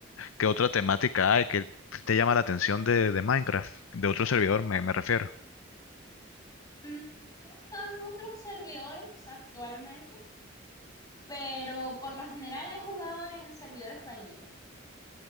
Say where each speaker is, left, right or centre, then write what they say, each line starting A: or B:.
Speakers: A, on the left; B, on the left.
A: qué otra temática hay que te llama la atención de, de Minecraft? De otro servidor me, me refiero.
B: Mm, No están otros servidores actualmente pero por lo general he jugado en servidores vainilla.